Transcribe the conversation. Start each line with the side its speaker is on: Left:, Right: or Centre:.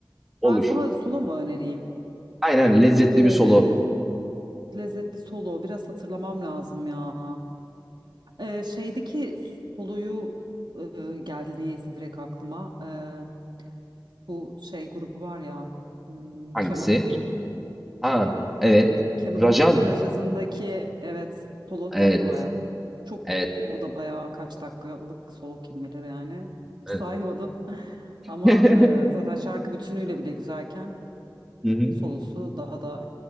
Centre: Olur.
Right: Ben sana solo mu önereyim?
Centre: Aynen lezzetli
Right: Ee,
Centre: bir solo
Right: lezzetli solo. Biraz hatırlamam lazım ya. Ee, şeydeki soloyu e, geldi niyeyse direkt aklıma. Ee, bu şey grubu var ya. Hmm,
Centre: hangisi?
Right: Kemal.
Centre: Ha evet.
Right: Kemal'ın
Centre: Rajaz
Right: Rajaz'ındaki
Centre: mı?
Right: evet solo
Centre: Evet.
Right: tatlı baya. Çok
Centre: Evet.
Right: o da baya kaç dakikalık solo kim bilir yani. Hiç
Centre: evet.
Right: saymadım. <laughs> Ama
Centre: <laughs>
Right: e, zaten şarkı bütünüyle bile güzelken
Centre: Hı hı.
Right: solosu daha da